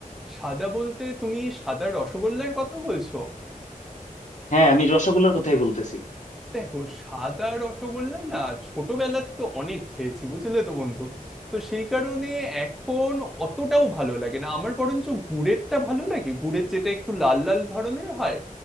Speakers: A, in the centre; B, on the left.
A: সাদা বলতে তুমি সাদা রসগোল্লার কথা বলছো
B: হ্যাঁ আমি রসগোল্লার কথাই বলতেছি
A: দেখো সাদা রসগোল্লা না ছোটবেলা থেকে অনেক খেয়েছি বুঝলে তো বন্ধু তো সেই কারণে এখন অতটাও ভালো লাগে না আমার বরঞ্চ গুড়েরটা ভালো লাগে গুড়ের যেটা একটু লাল লাল ধরনের হয়